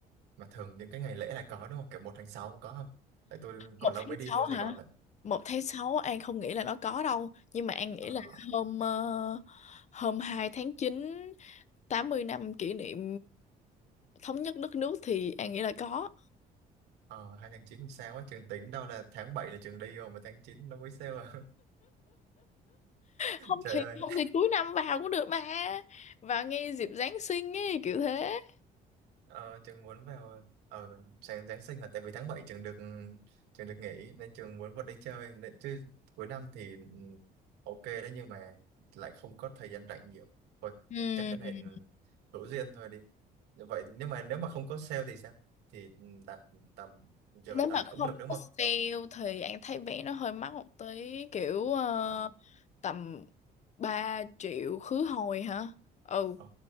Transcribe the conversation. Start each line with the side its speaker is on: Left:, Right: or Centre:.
Right: mà thường những cái ngày lễ là có đúng không kiểu một tháng sáu có không tại tôi còn
Left: Một
Right: lâu
Left: tháng
Right: mới đi
Left: sáu
Right: vô Sài
Left: hả?
Right: Gòn lận
Left: Một tháng sáu An không nghĩ là nó có đâu, nhưng mà An nghĩ
Right: ờ,
Left: là hôm ờ, hôm hai tháng chín tám mươi năm kỷ niệm thống nhất đất nước thì An nghĩ là có.
Right: ờ, hai tháng chín sao á trường tính đâu là tháng 7 là trường đi rồi mà tháng chín nó mới sale à
Left: Không
Right: <laughs> trời
Left: thì
Right: ơi
Left: không thì cuối năm vào cũng được mà. Vào ngay dịp Giáng sinh ấy kiểu thế.
Right: ờ, trường muốn vào ở sáng Giáng sinh là tại vì tháng 7 trường được trường được nghỉ nên trường muốn vào đi chơi nên chứ cuối năm thì ừ, ok đấy nhưng mà lại không có thời gian rảnh nhiều thôi
Left: Ừ.
Right: chắc cái này hữu duyên thôi đi vậy nếu mà nếu mà không có sale thì sao thì đặt tầm giờ
Left: nếu
Right: đặt
Left: mà
Right: cũng
Left: không
Right: được đúng
Left: có
Right: không
Left: sale thì anh thấy vé nó hơi mắc một tí kiểu ờ,
Right: ờ
Left: tầm 3 triệu khứ hồi hả ừ
Right: ờ